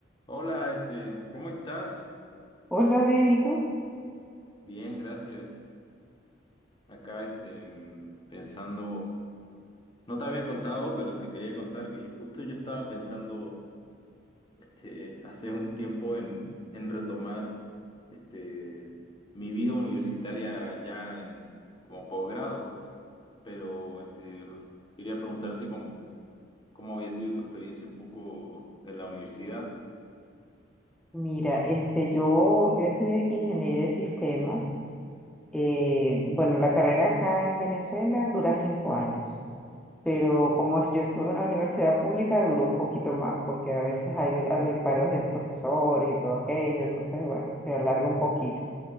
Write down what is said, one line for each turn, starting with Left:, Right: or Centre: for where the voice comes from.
Left: Hola, este, ¿cómo estás?
Centre: Hola, bien, ¿y tú?
Left: Bien, gracias. Acá, este, mm, pensando, no te había contado, pero te quería contar que justo yo estaba pensando, este, <laughs> hace un tiempo en, en retomar, este, mi vida universitaria ya en, como posgrado, pero, este, quería preguntarte cómo, cómo había sido tu experiencia un poco en la universidad.
Centre: Mira, este, yo, yo estudié ingeniería de sistemas. Eh, bueno, la carrera acá en Venezuela dura cinco años, pero
Left: Mm.
Centre: como es- yo estuve en la universidad pública duró un poquito más, porque a veces hay, hay paros de profesores y todo aquello, entonces, bueno, se alarga un poquito,